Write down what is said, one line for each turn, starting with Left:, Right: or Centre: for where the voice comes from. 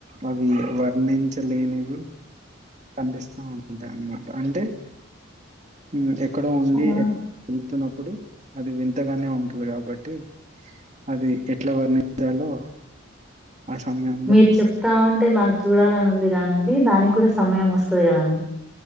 Right: అవి వర్ణించలేనివి కనిపిస్తా ఉంటాయన్నమాట అంటే ఉమ్ ఎక్కడో ఉండి
Centre: ఆ
Right: వేళ్తున్నప్పుడు అది వింతగానే ఉంటుంది కాబట్టి అది ఎట్లా వర్ణించాలో ఆ సమయం
Centre: మీరు చెప్తా ఉంటే నాకు చూడాలని ఉంది కానండి దానికి కూడా సమయం వస్తది కదండి